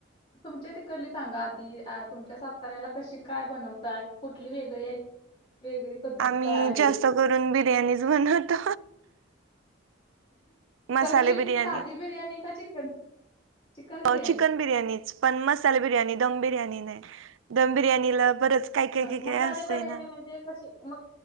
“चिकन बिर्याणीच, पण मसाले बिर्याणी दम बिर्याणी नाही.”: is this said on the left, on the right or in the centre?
Right